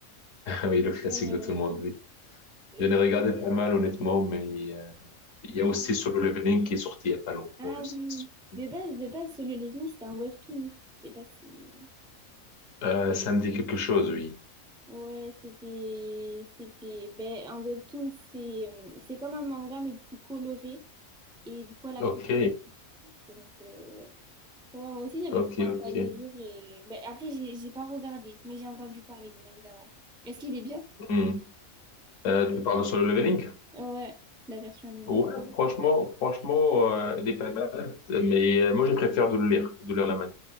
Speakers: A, on the left; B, in the centre.
A: <laughs> Oui, le classique
B: Ouais,
A: de
B: ouais,
A: tout le monde, oui.
B: ouais.
A: J'en ai regardé pas mal, honnêtement, mais euh, il y a aussi
B: Ok.
A: Solo Leveling qui est sorti il y a pas longtemps.
B: Ah
A: Je sais
B: oui.
A: pas si tu connais.
B: De base, de base, Solo Leveling, c'était un webtoon. Je sais pas si.
A: Euh, ça me dit quelque chose, oui.
B: Ouais, c'était, c'était, ben, un webtoon, c'est, euh, c'est comme un manga, mais du coup coloré, et du coup à la
A: Ok,
B: couleur. Donc, euh, ouais. Ouais, moi aussi, j'avais
A: ok,
B: commencé
A: ok.
B: à le lire, et ben, après, j'ai, j'ai pas regardé, mais j'ai entendu parler, bien évidemment. Est-ce qu'il est bien?
A: Hmm. Euh, tu parles de Solo Leveling?
B: Ouais, la version animée.
A: Ouais, franchement, franchement, euh, il est pas mal, mais euh, moi je préfère de le lire, de lire la manga.